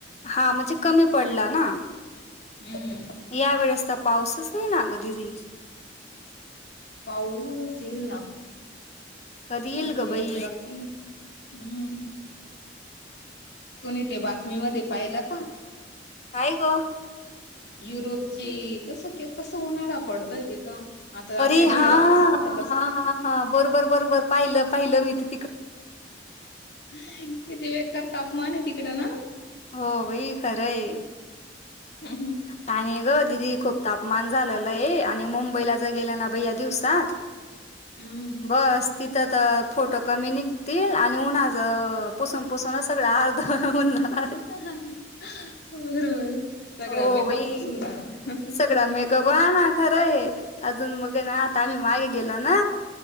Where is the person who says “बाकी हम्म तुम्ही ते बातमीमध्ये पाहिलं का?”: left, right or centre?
Left